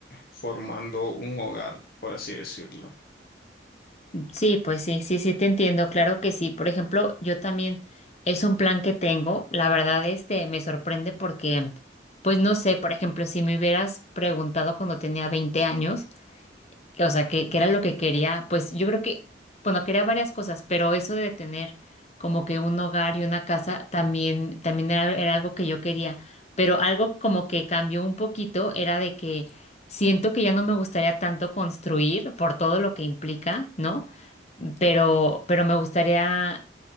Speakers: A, on the left; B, on the left.
A: formando un hogar, por así decirlo.
B: Sí, pues sí, sí, sí te entiendo, claro que sí. Por ejemplo, yo también es un plan que tengo. La verdad, este me sorprende porque, pues no sé, por ejemplo, si me hubieras preguntado cuando tenía 20 años, o sea, que, que era lo que quería, pues yo creo que, bueno, quería varias cosas, pero eso de tener como que un hogar y una casa también, también era, era algo que yo quería, pero algo como que cambió un poquito era de que siento que ya no me gustaría tanto construir por todo lo que implica, ¿no? Pero, pero me gustaría